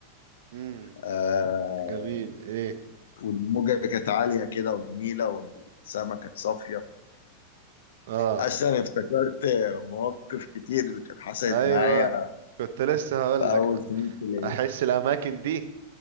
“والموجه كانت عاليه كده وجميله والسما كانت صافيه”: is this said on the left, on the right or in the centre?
Left